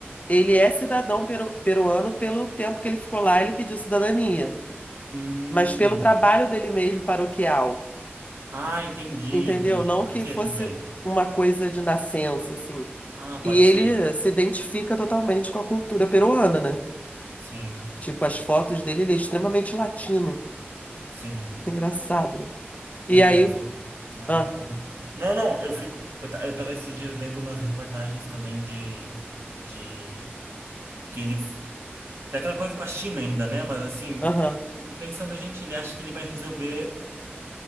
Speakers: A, on the left; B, on the right.
A: ele é cidadão peru- peruano pelo tempo que ele ficou lá, ele pediu cidadania.
B: Hum.
A: Mas pelo trabalho dele mesmo paroquial,
B: Ah, entendi,
A: entendeu?
B: entendi.
A: Não
B: Pode
A: que
B: ser
A: fosse
B: também.
A: uma coisa de nascença, assim.
B: Ah,
A: E
B: pode
A: ele
B: ser.
A: se identifica totalmente com a cultura peruana, né?
B: Sim,
A: Tipo, as fotos dele, ele é extremamente latino.
B: sim.
A: Engraçado, né?
B: É,
A: E
B: não,
A: aí.
B: mas o Trump,
A: Ah,
B: olha. Não, não, eu fico. Eu, ta- eu tava esses dias lendo umas reportagens também de. de que ele daquela coisa com a China ainda, né? Mas assim,
A: aham.
B: fico pensando, gente, ele acha que ele vai resolver